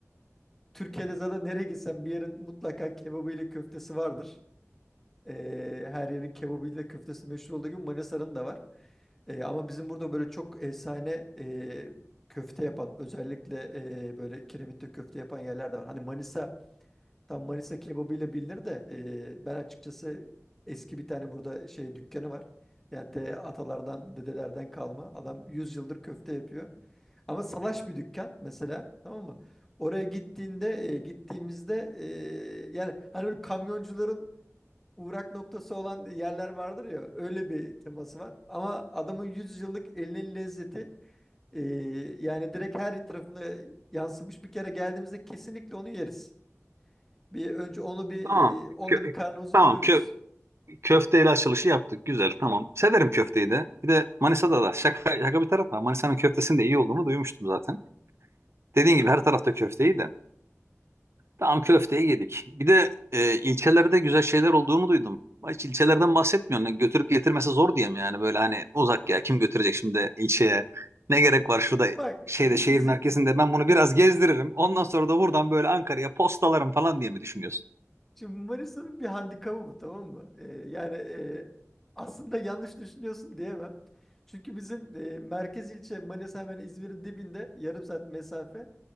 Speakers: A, in the centre; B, on the right.
A: Türkiye'de zaten nereye gitsen bir yerin mutlaka kebabı ile köftesi vardır. Eee, her yerin kebabı ile köftesi meşhur olduğu gibi Manisa'nın da var. Eee, ama bizim burada böyle çok efsane eee, köfte yapan özellikle eee, böyle kiremitte köfte yapan yerler de var. Hani Manisa Tam Manisa kebabıyla bilinir de e, ben açıkçası eski bir tane burada şey dükkanı var. Yani te, atalardan, dedelerden kalma. Adam 100 yıldır köfte yapıyor. Ama salaş bir dükkan mesela tamam mı? Oraya gittiğinde e, gittiğimizde e, yani hani böyle kamyoncuların uğrak noktası olan yerler vardır ya öyle bir teması var. Ama adamın 100 yıllık elinin lezzeti e, yani direkt her tarafına yansımış. Bir kere geldiğimizde kesinlikle onu yeriz. Bir önce onu bir
B: Tamam.
A: e, onunla
B: Kö-
A: bir karnımızı
B: tamam.
A: doyururuz.
B: Kö köfteyle açılışı yaptık. Güzel. Tamam. Severim köfteyi de. Bir de Manisa'da da şaka, şaka bir tarafa. Manisa'nın köftesinin de iyi olduğunu duymuştum zaten.
A: Hı hı.
B: Dediğin gibi her tarafta köfte iyi de. Tamam köfteyi yedik. Bir de e, ilçelerde güzel şeyler olduğunu duydum. Hiç ilçelerden bahsetmiyorsun. Yani Götürüp getirmesi zor diyeyim yani böyle hani uzak ya kim götürecek şimdi ilçeye? Ne gerek var şurada
A: Bak
B: şeyde
A: bu
B: şehir
A: bizim
B: merkezinde ben bunu biraz gezdiririm. Ondan sonra da buradan böyle Ankara'ya postalarım falan diye mi düşünüyorsun?
A: şimdi Manisa'nın bir handikabı bu tamam mı? Ee, yani e, aslında yanlış düşünüyorsun diyemem. Çünkü bizim e, merkez ilçe Manisa hemen İzmir'in dibinde yarım saat mesafe.